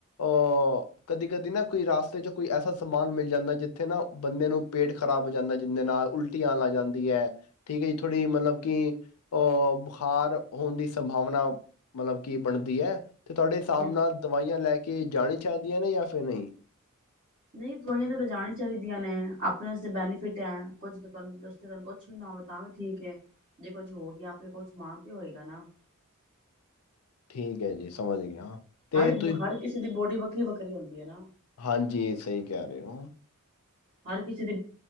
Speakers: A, on the left (about 85°); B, on the right (about 35°).
A: ਅਹ ਕਦੀ ਕਦੀ ਨਾ ਕੋਈ ਰਸਤੇ ਚ ਕੋਈ ਐਸਾ ਸਮਾਨ ਮਿਲ ਜਾਂਦਾ ਜਿੱਥੇ ਨਾ ਬੰਦੇ ਨੂੰ ਪੇਟ ਖ਼ਰਾਬ ਹੋ ਜਾਂਦਾ ਜਿੰਦੇ ਨਾਲ ਉਲਟੀਆਂ ਲੱਗ ਜਾਂਦੀ ਹੈ ਠੀਕ ਹੈ ਜੀ ਥੋੜ੍ਹੀ ਮਤਲਬ ਕਿ ਅਹ ਬੁਖਾਰ ਹੋਣ ਦੀ ਸੰਭਾਵਨਾ ਮਤਲਬ ਕਿ ਬਣਦੀ ਹੈ ਤੇ ਤੁਹਾਡੇ ਹਿਸਾਬ
B: ਹੂੰ
A: ਨਾਲ ਦਵਾਈਆਂ ਲੈ ਕੇ ਜਾਣੇ ਚਾਹੀਦੀਆਂ ਨੇ ਜਾਂ ਫਿਰ ਨੀ
B: ਨਹੀਂ ਦਵਾਈਆਂ ਤਾਂ ਲਿਜਾਣੀਆਂ ਚਾਹੀਦੀਆਂ ਨੇ ਆਪਣੇ ਵਸਤੇ ਬੈਨੀਫਿਟ ਹੈ ਕੁੱਝ ਤੁਹਾਨੂੰ ਦੱਸ ਤੁਹਾਨੂੰ ਕੁਛ ਵੀ ਨਾ ਹੋਵੇ ਤਾਂ ਵੀ ਠੀਕ ਹੈ ਜੇ ਕੁੱਝ ਹੋ ਗਿਆ ਆਪਣੇ ਕੋਲ ਸਮਾਨ ਤੇ ਹੋਏਗਾ ਨਾ
A: ਠੀਕ ਹੈ ਜੀ ਸਮਝ ਗਏ ਹਾਂ ਤੇ
B: ਹਰ
A: ਤੁਸੀਂ
B: ਹਰ ਕਿਸੇ ਦੀ ਬੋਡੀ ਵੱਖਰੀ ਵੱਖਰੀ ਹੁੰਦੀ ਹੈ ਨਾ
A: ਹਾਂਜੀ ਸਹੀ ਕਹਿ ਰਹੇ ਹੋ
B: ਹਰ ਕਿਸੇ ਦੀ